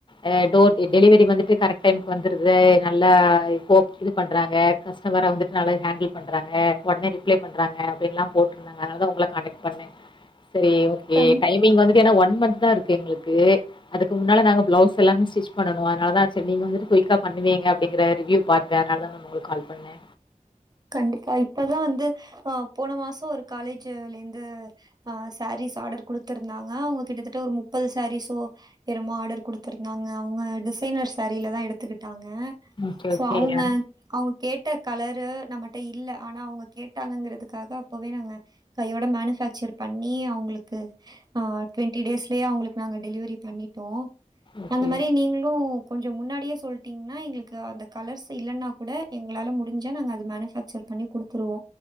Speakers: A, on the left (about 35°); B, on the right (about 30°).
A: ஆ டோ டெலிவரி வந்துட்டு கரெக்ட் டைமுக்கு வந்துருது நல் நல்லா இப்போ இது பண்றாங்க கஸ்டமரா வந்துட்டு நல்லா ஹேண்டில் பண்றாங்க உடனடி ரிப்ளை பண்றங்க அப்டின்லா போட்ருதாங்க அதுனாலதா உங்கள காட்டெக்ட் பண்ண செரி ஓகே
B: கண்டிப்
A: டைம் நீங்க வந்துட்டு எனா ஒன் மந்த்தா இருக்கு எங்குளுக்கு அதுக்கு முன்னால நாங்க ப்ளொவுஸ் எல்லாமே ஸட்ரிச் பண்ணனு அதனாலதா சேர் நீங்க வந்துட்டு குயிக்கா பண்ணுவீங்க அப்டிங்கற ரிவ்யூ பாத்த அதனாலதா மேம் உங்குளுக்கு கால் பண்ணே
B: கண்டிப்பா இப்பதா வந்து ஆ போன மாசோ ஒரு காலேஜு இருந்து ஆ சாரீஸ் ஆடர் குடுத்திருந்தாங்க அவுங்க கிட்டத்தட்ட ஒரு முப்பது சாரீஸோ எனமோ ஆடர் குடுத்துருந்தாங்க அவுங்க டிசைனர் சாரிலதா எடுத்துகிட்டாங்க
A: ஓகே,
B: சோ
A: ஓகே.
B: அவுங்க
A: ஆ.
B: அவுங்க கேட்ட கலரு நம்மட்ட இல்ல ஆனா அவுங்க கேட்டாங்கங்கறதுக்காக அப்பவே நாங்க கையோட மேனுஃபேக்சர் பண்ணி அவுங்குளுக்கு ஆ டுவெண்டி டேஸ்லயே அவுங்குளுக்கு நாங்க டெலிவரி பண்ணிட்டோ
A: ஓகே.
B: அந்தமாரி நீங்ளு கொஞ்சோ முன்னாடியே சொல்டீங்னா எங்குளுக்கு அந்த கலர்ஸ் இல்லனாகூட எங்ளால முடிஞ்சா நாங்க அ இது மேனுஃபக்சர் பண்ணி குடுத்துருவோ